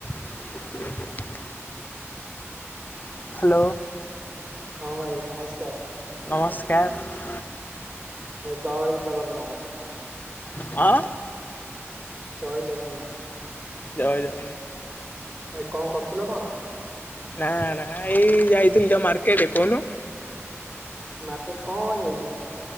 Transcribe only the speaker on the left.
<inaudible>
hello.
ନମସ୍କାର।
ହଁ
ଜୟ ଜଗନ୍ନାଥ।
ନା ନା ଏଇ ଯାଇଥିଲି ତ ମାର୍କେଟ କହୁନୁ।